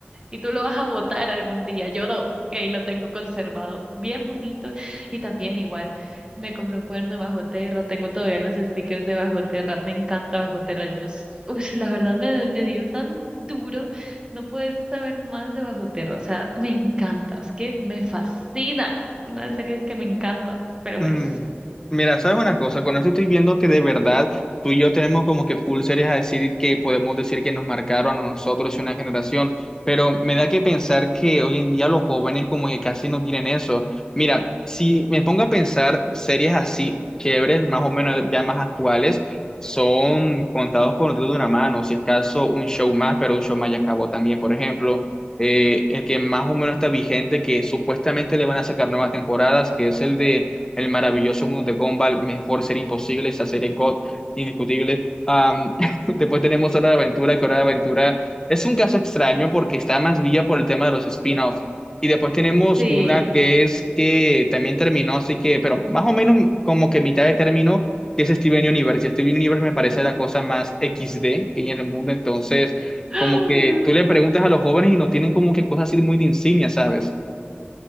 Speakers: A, on the right; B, on the left.
A: Y tú lo vas a botar algún día. Yo no. Y ahí lo tengo conservado, bien bonito. Y también igual, me compré un cuerno de Bajo Terra, tengo todavía los stickers de Bajo Terra, me encanta Bajo Terra. Yo, s- uy, <laughs> la verdad me, me dio tan duro no poder saber más de Bajo Terra. O sea, me encanta, es que me fascina. Una de las series que me encanta, pero
B: Mm,
A: bueno,
B: Mira, ¿sabes una cosa? Con esto estoy viendo que de verdad tú y yo tenemos como que full series a decir que podemos decir que nos marcaron a nosotros y una generación, pero me da que pensar que hoy en día los jóvenes como que casi no tienen eso. Mira, si me pongo a pensar series así chéveres, más o menos ya más actuales, son contados con el dedo de una mano, si es caso un show más, pero un show más ya acabó también, por ejemplo. eh, el que más o menos está vigente, que supuestamente le van a sacar nuevas temporadas, que es el de el maravilloso mundo de Gumball, Mejor Ser Imposible, esa serie God, indiscutible. Am, <laughs> después tenemos Hora de Aventura, que Hora de Aventura es un caso extraño porque está más vía por el tema de los spin-offs. Y después tenemos
A: sí.
B: una que es que también terminó, así que, pero más o menos como que mitad de término, que es Steven Universe. Y Steven Universe me parece la cosa más equis de que hay en el mundo. Entonces,
A: <gasps>
B: como que tú le preguntas a los jóvenes y no tienen como que cosas así muy de insignia, ¿sabes?